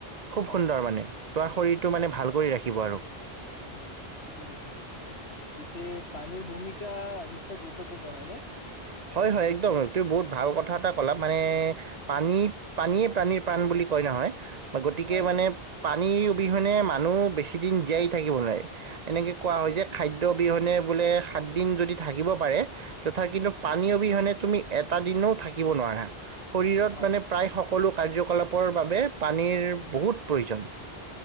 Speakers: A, on the right (about 45°); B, on the left (about 90°).
A: খুব
B: হয়,
A: সুন্দৰ মানে তোমাৰ শৰীৰটো
B: হয়,
A: মানে ভাল কৰি ৰাখিব আৰু
B: উম, ঠিকেই কৈছা তুমি। পিছে পানীৰ ভূমিকা নিশ্চয় গুৰুত্বপূৰ্ণ হয়নে?
A: হয়, হয় একদম, তুমি বহুত ভাল কথা এটা কলা মানে পানী পানীয়ে প্ৰণীৰ প্ৰাণ বুলি কয় নহয়। বা গতিকে
B: হয়
A: মানে
B: হয়
A: পানীৰ অবিহনে মানুহ বেছি দিন জীয়াই থাকিব নোৱাৰে। এনেকৈ কোৱা হয় যে খাদ্য অবিহনে বোলে সাতদিন যদি থাকিব পাৰে, তথাপি পানী অবিহনে তুমি এটা দিনও থাকিব নোৱাৰা। শৰীৰত
B: হয়
A: মানে প্ৰায় শক্তি সকলো কাৰ্যকলাপৰ বাবে পানীৰ বহুত প্ৰয়োজন।